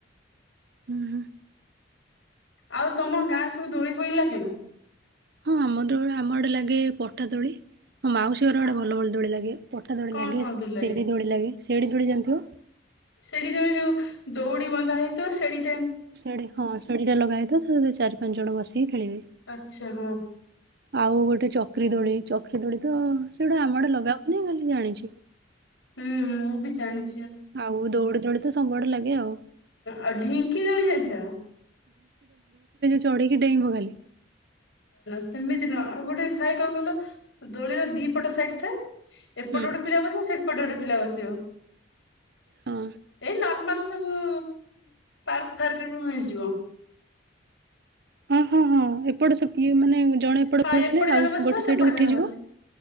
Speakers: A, on the right; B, on the left.
A: ହୁଁ।
B: ଆଉ ତମ ଗାଁ ରେ ସବୁ ଦୋଳି ଫୋଳି ଲାଗେନା?
A: ହଁ ଆମ ର ଆମ ଆଡେ ଲାଗେ ପଟା ଦୋଳି। ହଁ ମୋ ମାଉସୀ ଘର
B: ଆ
A: ଆଡେ ଭଲ ଭଲ ଦୋଳି ଲାଗେ ପଟ୍ଟା ଦୋଳି
B: କଣ
A: ଲାଗେ
B: କଣ
A: ସିଡି
B: ଦୋଳି ଲାଗେ?
A: ଦୋଳି ଲାଗେ। ସେଡି ଦୋଳି ଜାଣିଥିବ?
B: ସେଡି ଦୋଳି ଯୋଉ ଦଉଡ଼ି ବନ୍ଧାହେଇଥିବ ସେଡ଼ି
A: ସେଡୀ ହଁ ସେଡ଼ି ଟା ଲଗାହେଇଥିବ ତା ଦେ ଚାରି ପାଞ୍ଚଜଣ ବାସ ଖେଳିବେ
B: ଆଚ୍ଛା ହଁ
A: ଆଉ ଗୋଟେ ଚ ଚକ୍ରି ଦୋଳି ଚକ୍ରି ଦୋଳି ତ ସେଗୁଡା ଆମ ଆଡେ ଲଗାହୁଏ ମୁଁ ଜାଣିଚି। ହ।
B: ହୁଁ ହୁଁ ମୁଁ ବି ଜାଣିଚି।
A: ଆଉ ଦୌଡି ଦୌଡି ତ ସବୁଆଡେ ଲା। ଆଉ।
B: ଆଉ ଢିଙ୍କି ଦୋଳି ଜାଣିଚ।
A: ଚଢ଼ିକି ଡେଇଁବ ଖାଲି।
B: ସେମିତି ନୁହଁ ଗୋଟେ ଥାଏ କଣ କହିଲ ଦୋଳିର ଦି ପଟ ସାଇଟ ଥାଏ। ଏପଟ
A: ହୁଁ
B: ଗୋଟେ ପିଲା ବସିବ। ଏପଟେ ଗୋଟେ ପିଲା ବସିବ।
A: ହଁ।
B: ଏଇ ନର୍ମାଲ। ସବୁ ପାର୍କ ଫାର୍କରେ ବି ମିଳିଯିବ।
A: ହଁ ହଁ ହଁ ଏପଟ ସିଏ। ଜଣେ ଏପଟେ
B: ହଁ
A: ବସିଲେ
B: ଜଣେ
A: ଆଉ
B: ବସିଥିବ
A: ଗୋଟେ
B: ସେପଟେ
A: ସାଇଡ ଉଠିଯିବ।
B: ଜଣେ ବସିଥିବ